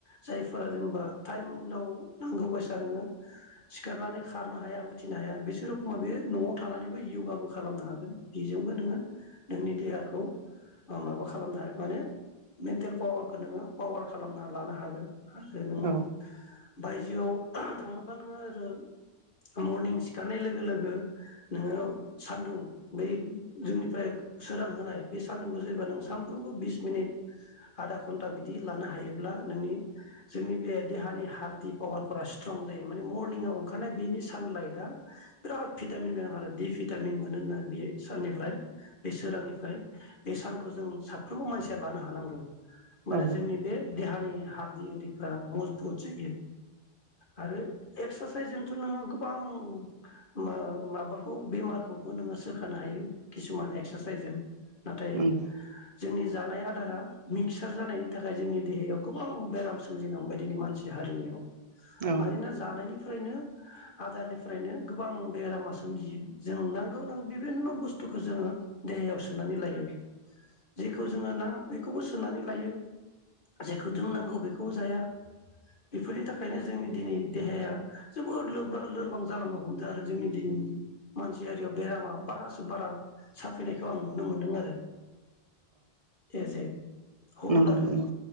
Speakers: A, on the left; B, on the right.
A: जायफोरा जेनेबा थाइमाव नांगौ बायसा नोङो सिखारनानै खारनो हाया उथिनो हाया बिसोर रखमा बे न'आव थानानैबो यगाबो खालामनो हागोन बेजोंबो नोङो नोंनि देहाखौ माबा खालामनो हागोन माने मेन्टेल पावारखौ नोङो पावार खालामना लानो हागोन। आरो नोङो।
B: औ
A: बायजोआव थाङोबा नोङो आरो मरनिं सिखारनाय लोगो लोगो नोङो सानदुं बै जोंनिफ्राय सोरां होनाय बे मरनिं सिखारनाय लोगो लोगो नोङो सान्दुं बै जोंनिफ्राय सोरां होनाय बे सानदुंखौ सानफ्रोमबो बिस मिनिट आधा घन्टा बिदि लानो हायोब्ला नोंनि जोंनि बे देहानि हारडथि पावारफोरा स्ट्रं जायो माने मरनिंआव ओंखारनाय बेनि सानलाइटआ बिराद भिटामिन गोनां आरो दि भिटामिन मोनो होना बे साननिफ्राय बे सोरांनिफ्राय बे सानखौ जों साफ्रोमबो मानसिया लानो हानांगौ। माने
B: औ
A: जोंनि बे देहानि हार्ट गि आरिफ्रा मजबुत जायो आरो एक्सारसाइसजोंथ' नोङो गो बां माबाखौ बेमारखौबो नोङो सोखानो हायो खिसुमान एक्सासाइजों नाथाय
B: नंगौ
A: जोंनि जानाय आदारा मिक्सार जानायनि थाखाय जोंनि देहायाव गोबां बेराम सोमजिनो हमबाय दिननै मानसि हारिनियाव।
B: औ
A: मानोना जानायनिफ्रायनो आदारनिफ्रायनो गोबां बेरामा सोमजियो जों नांगौ नांगौ बिभिन्न' बुस्थुखौ जोङो देहायाव सोनानै लायो जेखौ जोङो नाङा बेखौबो सोनानै लायो जेखौ जों नांगौ बेखौबो जाया बेफोरनि थाखायनो जोंनि दिनै देहाया जोबोद लो लोरबां जालांनो हमदों आरो जोंनि दिनैनि मानसियारियाव बेरामा बारासो बारा साफैनायखौ आं नुनो मोनदों आरो। एजे हल
B: नंगौ
A: आरो
B: नंगौ